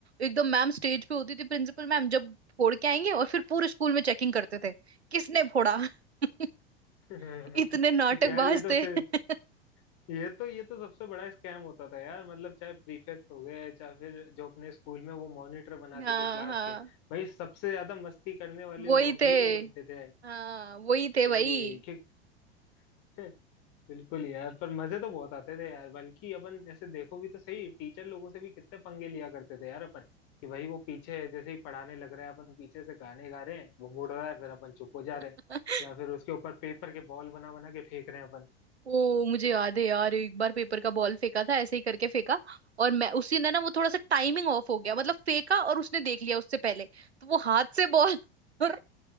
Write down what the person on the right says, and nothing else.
एकदम मैम स्टेज पे होती थी प्रिंसिपल मैम जब फोड़ के आएंगे और फिर पूरे स्कूल में चेकिंग करते थे किसने फोड़ा <laughs>
इतने नाटकबाज
थे
<laughs>
हाँ
हाँ
वही
थे
हाँ वही थे
भाई
<laughs>
ओ मुझे याद है यार एक बार पेपर का बॉल फेंका था ऐसे ही करके फेंका और मैं उसी ने ना वो थोड़ा सा टाइमिंग ऑफ हो गया मतलब फेंका और उसने देख लिया उससे पहले तो वो हाथ से बॉल <laughs> और